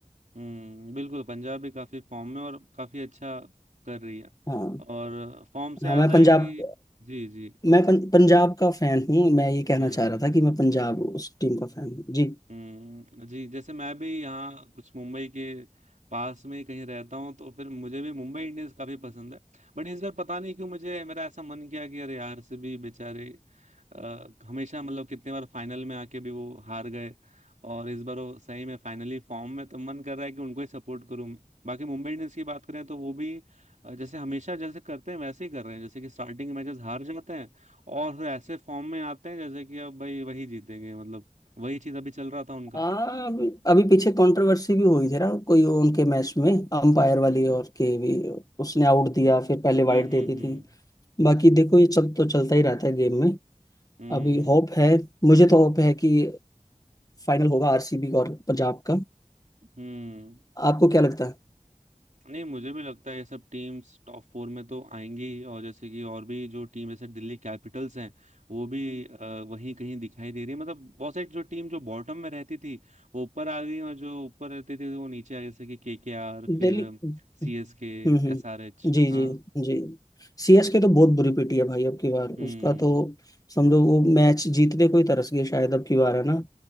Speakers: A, on the right; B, on the left.
A: हम्म बिल्कुल पंजाब भी काफी फॉर्म में और काफी अच्छा कर रही है
B: हाँ
A: और फॉर्म से
B: हाँ
A: याद
B: मैं
A: है
B: पंजाब
A: कि जी जी
B: मैं पं, पंजाब का फैन हूँ मैं ये कहना
A: हम्म
B: चाह रहा था कि मैं पंजाब उस टीम का फैन हूँ जी
A: हम्म जी जैसे मैं भी यहाँ कुछ मुंबई के पास में कहीं रहता हूँ तो फिर मुझे भी मुंबई इंडियंस काफी पसंद है बट इस बार पता नहीं क्यों मुझे मेरा ऐसा मन किया कि अरे यार से भी बेचारे अ, हमेशा मतलब कितने बार फाइनल में आके भी वो हार गए और इस बार वो सही में फाइनली फॉर्म में तो मन कर रहा है कि उनको ही सपोर्ट करूं मैं। बाकी मुंबई इंडियंस की बात करें तो वो भी अ, जैसे हमेशा जैसे करते हैं वैसे ही कर रहे हैं जैसे कि स्टार्टिंग मैचेस हार जाते हैं और फिर ऐसे फॉर्म में आते हैं जैसे कि अब भाई वही जीतेंगे मतलब वही चीज अभी चल रहा था उनका
B: हाँ अभी अभी पीछे कंट्रोवर्सी भी हुई थी ना कोई उनके मैच में अंपायर वाली और के भी उसने आउट दिया फिर पहले वाइड
A: हम्म हम्म
B: दे दी थी
A: हम्म
B: बाकी देखो ये चल तो चलता ही रहता है गेम में
A: हम्म
B: अभी होप है मुझे तो होप है कि फाइनल होगा आरसीबी और पंजाब का
A: हम्म।
B: आपको क्या लगता है
A: नहीं मुझे भी लगता है ये सब टीम्स टॉप फोर में तो आएंगी ही, और जैसे कि और भी जो टीम जैसे दिल्ली कैपिटल्स हैं वो भी अ, वहीं कहीं दिखाई दे रही है मतलब बहुत सारी जो टीम जो बॉटम में रहती थी वो ऊपर आ गई और जो ऊपर रहती थी वो नीचे आ गई जैसे कि केकेआर फिर
B: दिल्ली हम्म
A: सीएसके
B: हम्म
A: एसआरएच
B: जी
A: हाँ
B: जी जी सीएसके तो बहुत बुरी पिटी है भाई अब की बार
A: हम्म
B: उसका तो समझो वो मैच जीतने को ही तरस गए शायद अब की बार है ना